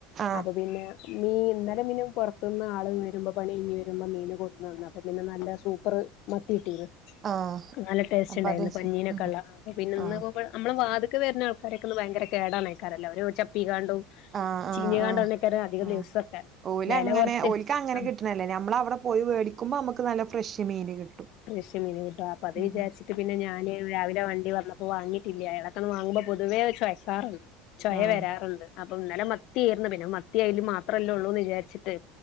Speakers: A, on the right; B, on the left.
A: ആഹ്
B: അപ്പൊ പിന്നെ മീൻ ഇന്നലെ പിന്നെ പുറത്തുന്ന് ആള് വരുമ്പോൾ പണി കഴിഞ്ഞ് വരുമ്പോ മീൻ കൊടുന്നന്നു അപ്പൊ പിന്നെ നല്ല സൂപ്പർ മത്തി കിട്ടീന്ന്
A: ആഹ്
B: നല്ല ടേസ്റ്റ്
A: അപ്പൊ
B: ഉണ്ടായിരുന്നു
A: അത്
B: പഞ്ഞീനൊക്കെ
A: ഉം
B: ഉള്ള അ പിന്നെ
A: ആഹ്
B: ഇന്ന് നമ്മളെ വാത ക്കെ വര്ണ ആൾക്കാരേക്കന്ന് ഭയങ്കര കേടാണയ്ക്കാരല്ലൊ ഒരു ചപ്പി കാ ഔ
A: ആഹ് ആഹ്
B: ചീഞ്ഞ കാൺണ്ടേക്കാരം
A: ആഹ്
B: അധിക
A: ആഹ്
B: ദിവസൊക്കെ
A: ഓല്
B: വെല
A: അങ്ങനെ
B: കൊറച്ച്
A: ഓലക്ക് അങ്ങനെ
B: ആഹ്
A: കിട്ടണല്ലേ നമ്മളെ അവിടെ പോയി മേടിക്കുപോ നമുക്ക് നല്ല ഫ്രഷ് മീൻ കിട്ടും
B: ഫ്ലഷ് മീന് കിട്ടും അപ്പൊ അത്
A: ഉം
B: വിചാരിച്ചിട്ട് പിന്നെ ഞാന് രാവിലെ വണ്ടി വന്നപ്പോ വാങ്ങി ഇല്ല അയാളേക്കന്ന് വാങ്ങുമ്പോ പൊതുവേ ചൊയ്ക്കാറുണ്ട് ചൊയ
A: ആഹ്
B: വരാറുണ്ട് ഇന്നലെ മത്തി ആയിരുന്നു പിന്നെ മത്തിം അയ്ലയും മാത്രമല്ലേ ഉള്ളൂ എന്ന് വിചാരിച്ചിട്ട്